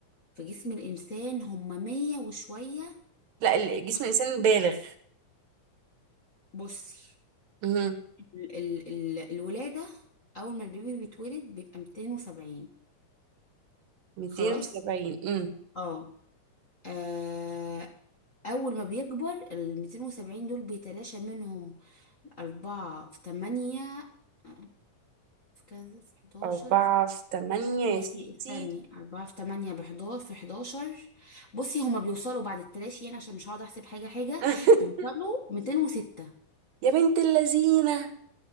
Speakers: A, on the left (about 45°); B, on the right (about 90°).
A: في جسم الإنسان هما مية وشوية
B: لا ال- جسم الإنسان البالغ
A: بصي
B: مهم.
A: ال ال ال الولادة أول ما البيبي بيتولد بيبقى 270
B: 270
A: خلاص
B: مم.
A: اه آه، أول ما بيكبر ال 270 دول بيتلاشى منهم أربعة في تمانية آه، في كذا في 11
B: أربعة في تمانية
A: بصي
B: يا ستي
A: استني أربعة في تمانية بحداشر في حداشر بصي هما بيوصلوا بعد التلاشي يعني عشان مش هقعد أحسب حاجة حاجة
B: <laughs>
A: بيوصلوا ميتين وستة
B: يا بنت اللذينة